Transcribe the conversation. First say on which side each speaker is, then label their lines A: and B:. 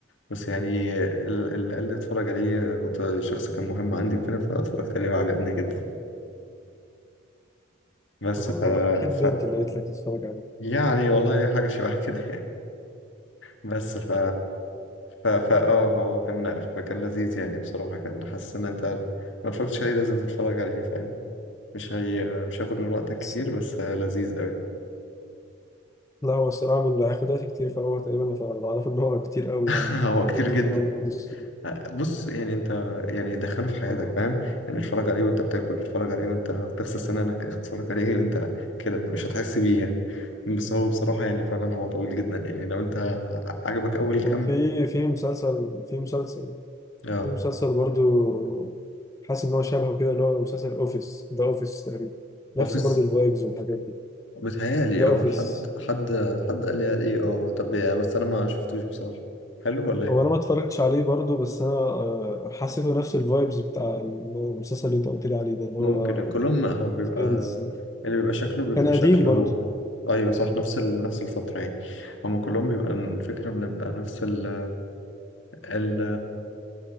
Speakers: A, on the left (about 70°); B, on the left (about 15°).
A: بس يعني ال- اللي قال لي اتفرج عليه كنت شخص كان مهم عندي وكده فاتفرجت عليه وعجبني جدا بس
B: آه،
A: ف...
B: اكيد
A: ف...
B: بنت اللي قلت لك تتفرج عليه
A: يعني والله حاجة شبه كده يعني بس ف ف ف اه فهو كان كان لذيذ يعني بصراحة كان حاسس ان انت ما اتفرجتش عليه لازم تتفرج عليه فاهم مش هي مش هياخد من وقتك كتير
B: <laughs> بس-
A: بس لذيذ قوي
B: لا هو الصراحة من اللي هياخد وقت كتير فهو تقريبا ف- أنا أعرف إن هو كتير أوي
A: <laughs>
B: يعني
A: هو
B: فكذا
A: كتير جدا
B: موسم
A: بص يعني انت يعني دخله في حياتك
B: آه.
A: فاهم يعني اتفرج عليه وانت بتاكل اتفرج عليه وانت بتغسل سنانك اتفرج عليه وانت كده مش هتحس بيه يعني بس هو بصراحة يعني فعلا هو طويل جدا يعني لو انت عجبك اول كام
B: وفي في مسلسل في مسلسل
A: اه
B: في مسلسل برضو حاسس ان هو شبهه كده اللي هو مسلسل اوفيس ذا اوفيس تقريبا نفس
A: اوفيس
B: برضو الفايبز والحاجات دي
A: بتهيألي
B: ذا اوفيس
A: اه حد حد حد قال لي عليه اه طب يعني بس انا ما شفتوش بصراحة حلو ولا ايه
B: هو انا ما اتفرجتش عليه برضو بس انا آه، حسيته نفس الفايبز بتاع المسلسل اللي انت قلت لي عليه ده اللي
A: ممكن
B: هو
A: كلهم هو بيبقى
B: فريندز
A: اللي بيبقى شكله بيبقى
B: كان قديم
A: شكله
B: برضو
A: ايوه صح نفس ال... نفس الفترة يعني هما كلهم بيبقى الفكرة بنبقى نفس ال ال